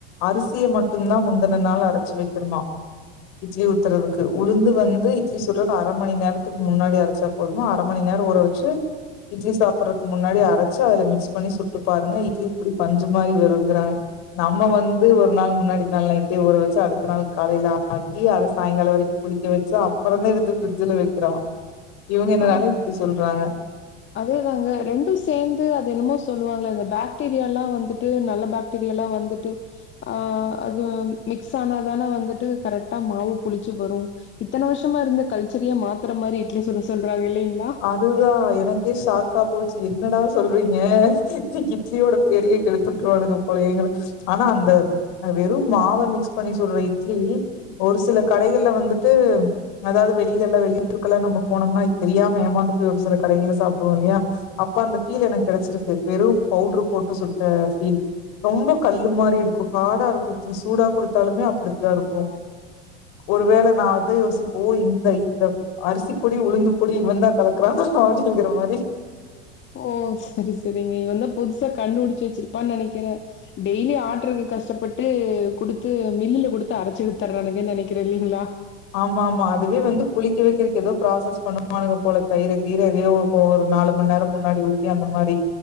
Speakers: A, on the left; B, on the left.
A: அரிசிய
B: ம்
A: மட்டுன்தா முந்தின நாள் அரச்சி வெக்கணுமா இட்லி ஊத்துறதுக்கு உளுந்து வந்து இட்லி சுடர் அர மணி நேரத்துக்கு முன்னாடியே அரச்சாப் போதுமா அர மணி நேரு ஊரவச்சு இட்லி சாப்புறக்கு முன்னாடி அரச்சு அதுல மிக்ஸ் பண்ணி சுட்டு பாருங்க இட்லி இப்டி பஞ்சு மாரி வருங்கிறாங் நம்ம வந்து ஒரு நாள் முன்னாடி நாள் நைட்டே ஊற வச்சு அடுத்த நாள் காலைல ஆக்கி அத சாய்ங்கால வரைக் புளிக்க வெச்சு அப்பறந்தா எதுத்து ஃப்ரிட்ஜ்ஜுல வெக்றோ இவுங்க என்னடானய்
B: ஆ
A: இப்டி சொல்றாங்க
B: அதேதாங்க ரெண்டு சேந்து அது என்னமோ சொல்லுவாங்ள அந்த பாக்டீரியாலா வந்துட்டு நல்ல பாக் தெரியல்லா வந்துட்டு ஆ அத்தாம் மிக்ஸ் ஆனாதான வந்துட்டு கரட்டா மாவு புளிச்சு வரு இத்தன வர்ஷமா இர்ந்து கல்ச்சரயே மாத்தர மாரி இட்லி சுட சொல்றாங்க இல்லிங்ளா
A: அதுதா எனக்கே ஷாக்கா போச்சி என்னடா சொல்றீங்க இட்லியோடுப் பெரியி கெடுத் உட்ருவானுங்கபோலயே எங்களு ஆனா அந்தம் அ வெறு மாவ மிக்ஸ் பண்ணி சுட்ற இட்லி ஒரு சில கடைகல்ல வந்துட்டு உம் அதாவ்து வெளிலல்லா வெளிய் ருக்கல்லா நம்ம போனோம்னாய் தெரியாம் ஏமாந்து போய் ஒரு சில கடைகல சாப்டுவோ இல்லியா அப்ப அந்த ஃபீல் எனக் கெடச்சிருக்கு வெறு பவுட்ரு போட்டு சுட்ட ஃபீல் ரொம்ப கல்லு மாரி இருக்கு ஹாடா இருக்கு இட்லி சூடா குடுத்தாலுமே அப்படித்தா இருக்கு ஒரு வேள நா அதை யோசிப்போ ஓ இந்த இந்தவ் அரிசி பொடி உளுந்து பொல் தி இவன்தா கலக்குறானா அப்டிங்கிற மாரி
B: ஓ செரி செரிங்க இவந்தா புதுசா கண்டுபுடிச்சு வச்சிருப்பா நெனக்கிற டெய்லி ஆட்றுக்கு கஷ்டப்பட்டு குடுத்து மில்லுல குடுத்து அரச்சு வித்தரானுங்க நெனைக்கிறே இல்லிங்ளா
A: ஆமாமா அதுவே வந்து புளிக்க வெக்றக்கு ஏதோ ப்ராசஸ் பண்ண வானுங்க போல கய்று கீறு எதையோ ஓ ஒரு நாலு மண் நேரோ முன்னாடி ஊத்தி அந்த மாரி